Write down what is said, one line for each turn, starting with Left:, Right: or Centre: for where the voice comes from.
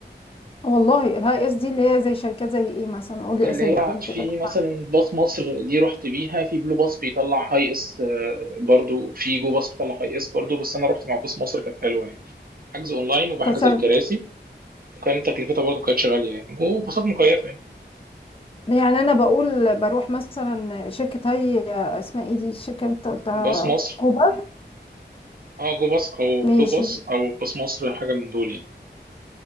Left: والله الهاي اس دي اللي هي زي شركات زي ايه مثلا قول لي
Right: اللي
Left: اسامي
Right: هي في
Left: كده لو
Right: مثلا
Left: تعرف.
Right: باص مصر دي رحت بيها في بلو باص بيطلع هاي اس آه، برضو في جو باص بيطلع هاي اس برضو بس انا رحت مع باص مصر كانت حلوه يعني حجز اونلاين وبحجز
Left: طب سن-
Right: الكراسي وكان تكلفتها برضو كانت غاليه يعني جو باصات مكيفه يعني
Left: يعني انا بقول بروح مثلا شركه هاي اسمها ايه دي الشركه اللي انت قلتها
Right: باص مصر
Left: كوبا
Right: مم. اه جو باص او
Left: ماشي
Right: بلو باص او باص مصر حاجه من دول يعني